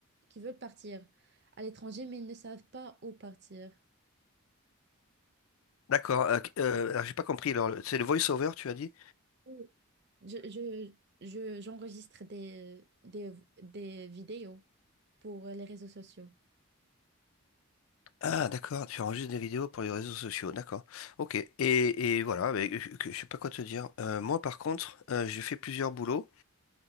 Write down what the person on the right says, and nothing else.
qui veulent partir à l'étranger, mais ils ne savent pas où partir.
Oui. Je, je, je- j'enregistre des, des, des vidéos pour les réseaux sociaux.